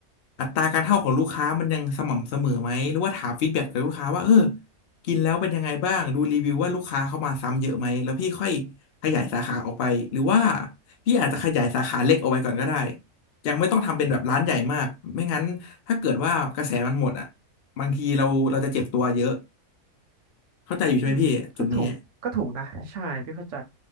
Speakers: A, on the left; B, on the right.
A: อัตราการเข้าของลูกค้ามันยังสม่ำเสมอไหมหรือว่าถามฟีดแบ็กจากลูกค้าว่าเออกินแล้วเป็นยังไงบ้างดูรีวิวว่าลูกค้าเข้ามาซ้ำเยอะไหมแล้วพี่ค่อยขยายสาขาออกไปหรือว่าพี่อาจจะขยายสาขาเล็กออกไปก่อนก็ได้ ยังไม่ต้องทำเป็นแบบร้านใหญ่มาก ไม่งั้นถ้าเกิดว่ากระแสมันหมดอ่ะ บางทีเราเราจะเจ็บตัวเยอะ เข้าใจอยู่ใช่ไหมพี่จุดนี้
B: อืมก็ถูกก็ถูกนะใช่พี่เข้าใจ